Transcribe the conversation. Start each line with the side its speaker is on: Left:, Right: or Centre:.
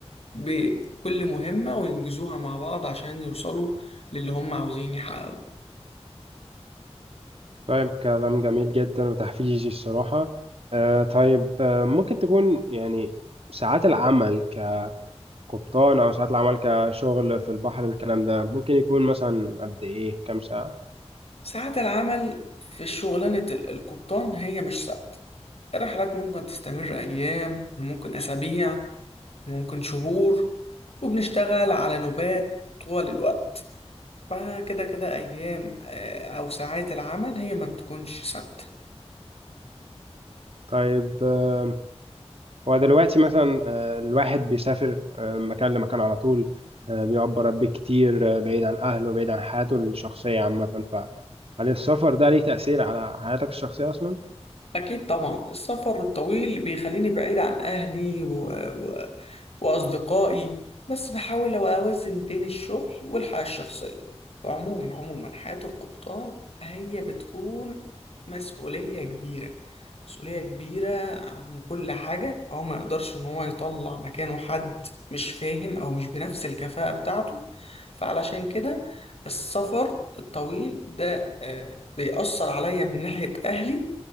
Left: بكل مهمة وينجزوها مع بعض عشان يوصلوا للي هم عاوزين يحققوه
Right: طيب كلام جميل جدا وتحفيزي الصراحة آه، طيب آه، ممكن تكون يعني ساعات العمل كقبطان أو ساعات العمل كشغل في البحر الكلام ده ممكن يكون مثلا قد إيه كام ساعة
Left: ساعات العمل في شغلانة ال- القبطان هي مش ثابتة الرحلات ممكن تستمر أيام وممكن أسابيع وممكن شهور وبنشتغل على نوبات طوال الوقت فكده كده أيام آه، أو ساعات العمل هي ما بتكونش ثابتة
Right: طيب آه، هو دلوقتي مثلا آه، الواحد بيسافر آه، من مكان لمكان على طول آه، بيقعد برا كتير آه، بعيد عن أهله بعيد عن حياته الشخصية عامة فهل السفر ده ليه تأثير على حياتك الشخصية أصلا؟
Left: أكيد طبعا السفر الطويل بيخليني بعيد عن أهلي و... و... وأصدقائي بس بحاول أوازن بين الشغل والحياة الشخصية وعموما عموما حياة القبطان هي بتكون مسؤولية كبيرة مسؤولية كبيرة عن كل حاجة هو ما يقدرش إن هو يطلع مكانه حد مش فاهم أو مش بنفس الكفاءة بتاعته فعلشان كده السفر الطويل ده آه، بيأثر عليا من ناحية أهلي